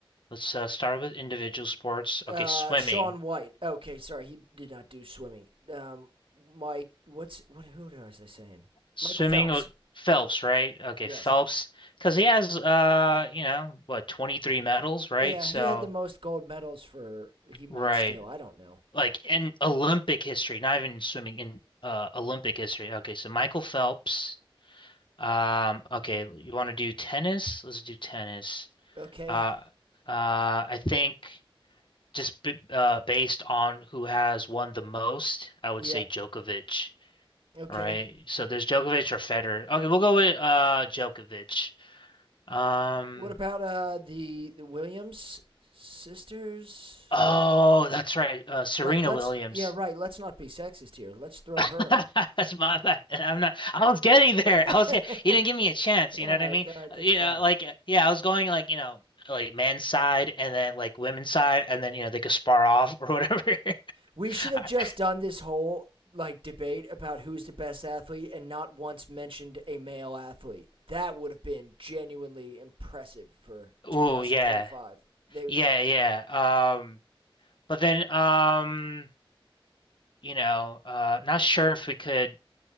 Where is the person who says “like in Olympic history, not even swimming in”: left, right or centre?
Left